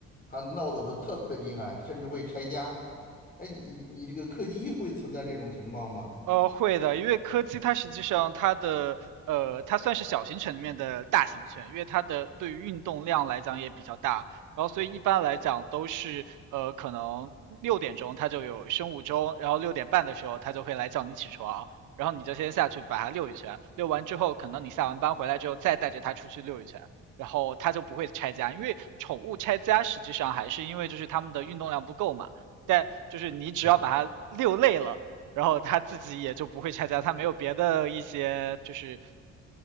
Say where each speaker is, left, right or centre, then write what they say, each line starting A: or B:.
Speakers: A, on the left; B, on the right.
A: 它闹腾的特别厉害，甚至会拆家。哎，你你这个柯基会存在这种情况吗？
B: 呃，会的，因为柯基它实际上它的呃，它算是小型犬里面的大型犬，因为它的对于运动量来讲也比较大，然后所以一般来讲都是呃，可能六点钟它就有生物钟，然后六点半的时候它就会来叫你起床，然后你就先下去把它遛一圈，遛完之后可能你下完班回来之后再带着它出去遛一圈，然后它就不会拆家，因为宠物拆家实际上还是因为就是它们的运动量不够嘛，但就是你只要把它遛累了。
A: 对，
B: 然后他自己也就不会拆家，他没有别的一些就是